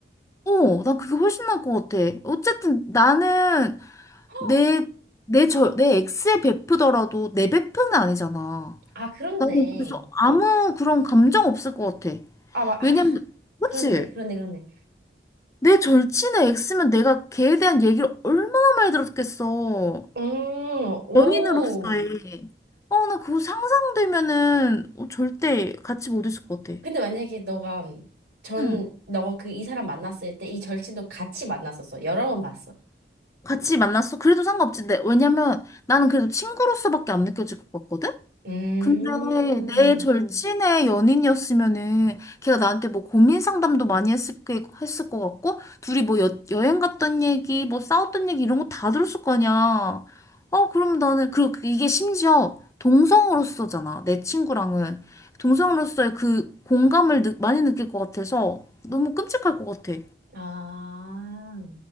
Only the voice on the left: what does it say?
어, 난 그게 훨씬 나을 것 같아. 어쨌든 나는
내, 내 저, 내 X에 베프더라도 내 베프는 아니잖아.
나는 그래서 아무 그런 감정 없을 것 같아.
왜냐면, 그치?
내 절친의 X면 내가 걔에 대한 얘기를 얼마나 많이 들었겠어.
연인으로서의. 어, 나 그거 상상되면은 어, 절대 같이 못 있을 것 같아.
응.
같이 만났어? 그래도 상관없지. 내- 왜냐면 나는 그래도 친구로서밖에 안 느껴질 것 같거든?
근데 내 응. 절친의 연인이었으면은 걔가 나한테 뭐 고민 상담도 많이 했을 게 했을 것 같고 둘이 뭐 여, 여행 갔던 얘기 뭐 싸웠던 얘기 이런 거 다 들었을 거 아니야. 어 그럼 나는 그리고 이게 심지어 동성으로서잖아 내 친구랑은 동성으로서의 그 공감을 느, 많이 느낄 것 같아서 너무 끔찍할 것 같아.